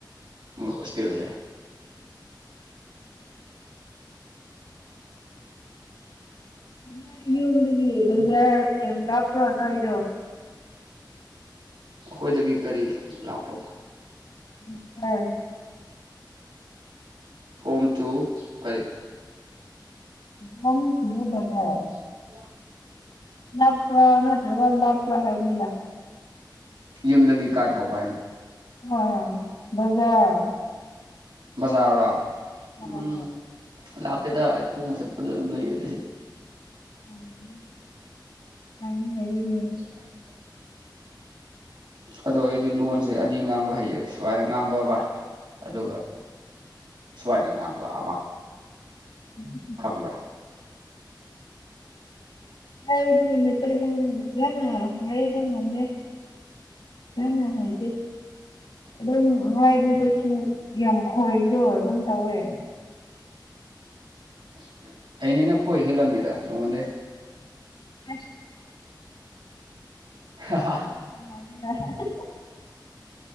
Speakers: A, on the right (about 90°); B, on the left (about 85°).
A: ꯃꯣꯏ ꯍꯣꯁꯇꯦꯜꯁꯦ꯫
B: ꯅꯣꯏ ꯌꯨꯝꯗꯒꯤ ꯕꯖꯥꯔ ꯌꯥꯝ ꯂꯥꯞꯄ꯭ꯔꯣ ꯅꯣꯏꯗꯣ꯫
A: ꯑꯩꯈꯣꯏꯗꯒꯤ ꯀꯔꯤ ꯂꯥꯛꯄꯕ꯫
B: <unintelligible>
A: ꯐꯣꯝ ꯇꯨ ꯀꯔꯤ
B: ꯐꯣꯝꯇꯨꯕꯗ ꯕꯗꯔ
A: <inaudible>
B: ꯅꯛꯄꯔꯥ ꯅꯠꯇꯔꯒ ꯂꯥꯞꯄꯔꯥ ꯍꯥꯏꯕꯅꯤꯗ꯫
A: ꯌꯨꯝꯗꯒꯤ ꯀꯥꯏ ꯐꯥꯎ ꯍꯥꯏꯅꯣ?
B: ꯍꯣꯏ ꯍꯣꯏ ꯕꯖꯔ
A: ꯕꯖꯥꯔꯔꯣ
B: ꯍꯣꯏ
A: ꯎꯝ
B: ꯍꯣꯏ
A: ꯂꯥꯞꯇꯦꯗ ꯑꯩ ꯈꯣꯡꯅ ꯆꯠꯄꯗ ꯑꯗꯨꯝ ꯂꯩꯌꯦꯗ ꯁꯤꯗꯤ꯫
B: ꯎꯝ ꯐꯩꯅꯦ ꯗꯨꯗꯤ꯫
A: <inaudible> ꯑꯗꯣ ꯑꯩꯗꯤ ꯂꯣꯟꯁꯦ ꯑꯅꯤ ꯉꯥꯡꯕ ꯍꯩꯌꯦ ꯁꯨꯃꯥꯏꯅ ꯉꯥꯡꯕ ꯑꯃ ꯑꯗꯨꯒ ꯁꯨꯃꯥꯏꯅ ꯉꯥꯡꯕ ꯑꯃ
B: <inaudible>
A: ꯈꯪꯕ꯭ꯔꯥ?
B: ꯍꯗꯤ ꯃꯇꯩ ꯐꯖꯅ ꯍꯥꯏꯕ ꯉꯝꯗꯦ ꯀꯟꯅ ꯍꯥꯏꯗꯦ ꯑꯗꯨꯝ ꯍꯥꯏꯕꯗꯁꯨ ꯌꯥꯝ ꯈꯣꯏꯕꯗꯣ ꯑꯗꯨꯝ ꯇꯧꯋꯦ
A: <inaudible> ꯑꯩꯅ‌ꯦꯅ ꯈꯣꯏ ꯍꯦꯜꯂꯝꯃꯤꯗ ꯅꯉꯣꯟꯗꯩ
B: ꯑꯁ
A: <unintelligible>
B: <unintelligible>